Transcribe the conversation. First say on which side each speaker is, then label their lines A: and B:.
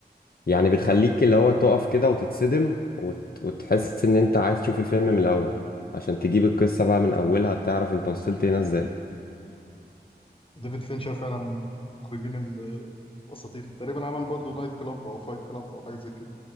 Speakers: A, on the left; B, on the left.
A: يعني بتخليك اللي هو تقف كده وتتصدم وت... وتحس ان انت عايز تشوف الفيلم من الاول عشان تجيب القصة بقى من اولها تعرف انت وصلت هنا ازاي
B: ديفيد فينشر فعلا من المخرجين ال- الاساطير تقريبا عمل برضو نايت كلاب او فايت كلاب او حاجه زي كده